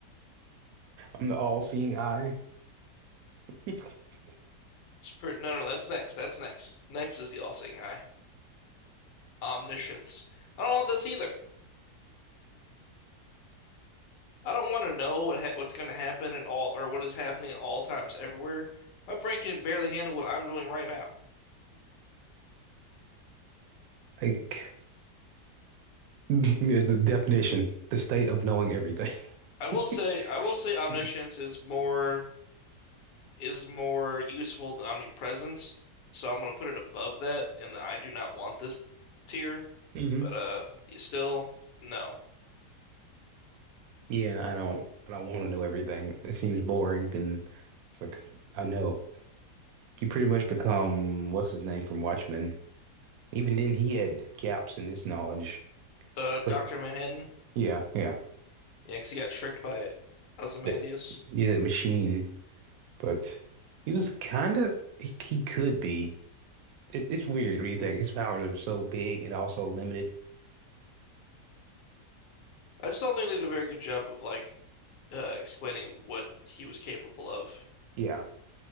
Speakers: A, on the right (about 70°); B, on the left (about 85°).
A: I'm the all-seeing eye. <laughs>
B: It's pretty. No, no, no. That's next. That's next. Next is the all-seeing eye. Omniscience. I don't want this either. I don't want to know what ha what's going to happen at all or what is happening at all times everywhere. My brain can barely handle what I'm doing right now.
A: Like <laughs> there's the definition, the state of knowing everything.
B: I will
A: <laughs>
B: say, I will say omniscience is more is more useful than omnipresence. So I'm going to put it above that and I do not want this tier,
A: Mhm.
B: but uh still no.
A: Yeah, I don't I don't want to know everything. It seems boring and it's like I know. You pretty much become what's his name from Watchmen. Even then he had gaps in his knowledge.
B: Uh Dr.
A: But
B: Manhattan,
A: yeah, yeah.
B: yeah, 'cause he got tricked by Ozymandias.
A: But, yeah, that machine. But he was kinda he, he could be. It, it's weird when you think his powers are so big and also limited.
B: I just don't think they did a very good job of like uh explaining what he was capable of,
A: Yeah.